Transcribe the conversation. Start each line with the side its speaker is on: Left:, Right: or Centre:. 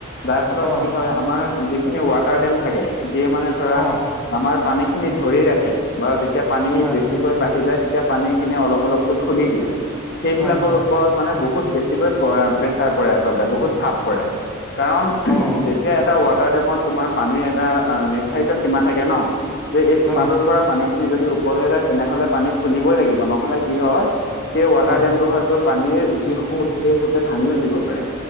Left: যাৰ ফলত
Centre: অ',
Left: কি হয় আমাৰ যিখিনি ৱাটাৰ ডেম থাকে সেই মানে ধৰা
Centre: অ',
Left: আমাৰ পানীখিনি ধৰি ৰাখে, বাৰু যেতিয়া পানী
Centre: হয়,
Left: বেছিকৈ
Centre: হয়,
Left: বাঢ়ি যায় তেতিয়া পানীখিনি অলপ অলপকৈ খুলি দিয়ে। সেইবিলাকৰ
Centre: হয়, হয়,
Left: ওপৰত মানে বহুত বেছিকৈ পৰা প্ৰেচাৰ পৰে আচলতে বহুত চাপ পৰে। কাৰণ উহু
Centre: অ',
Left: যেতিয়া এটা ৱাটাৰ ডেমত তোমাৰ পানীৰ এটা আ নিৰ্ধাৰিত সীমা থাকে ন যে এই সীমাটোৰ
Centre: অ',
Left: পৰা পানীখিনি যদি ওপৰলৈ যায় তেনেহলে পানী খুলিবই লাগিব নহলে কি হয় সেই ৱাটাৰ
Centre: অ',
Left: ডেমটো হয়তো পানীৰ যি সুত সেই সুতে ভাঙিও দিব পাৰে